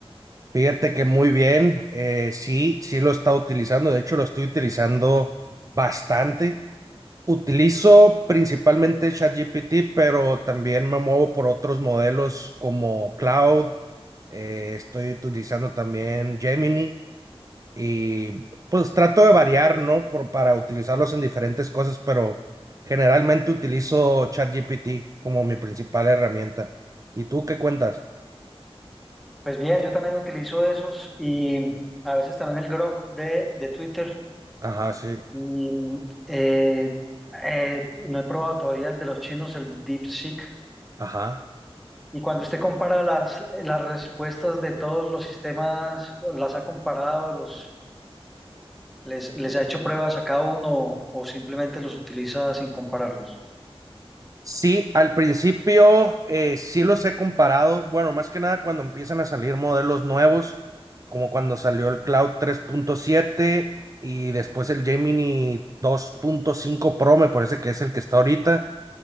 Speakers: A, on the right (about 35°); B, in the centre.
A: Fíjate que muy bien, eh, sí, sí lo está utilizando, de hecho lo estoy utilizando bastante. Utilizo principalmente ChatGPT, pero también me muevo por otros modelos como Cloud, eh, estoy utilizando también Gemini. y pues trato de variar, ¿no? Por, para utilizarlos en diferentes cosas, pero generalmente utilizo ChatGPT como mi principal herramienta. ¿Y tú qué cuentas?
B: Pues bien, yo también utilizo esos y a veces también el Grok de, de Twitter.
A: Ajá, sí,
B: Y eh, eh, no he probado todavía el de los chinos, el DeepSeek.
A: ajá.
B: Y cuando usted compara las, las respuestas de todos los sistemas, las ha comparado, los ¿Les, les ha hecho pruebas a cada uno o simplemente los utiliza sin compararlos?
A: Sí, al principio eh, sí los he comparado, bueno, más que nada cuando empiezan a salir modelos nuevos, como cuando salió el Cloud tres punto siete y después el Gemini dos punto cinco Pro, me parece que es el que está ahorita.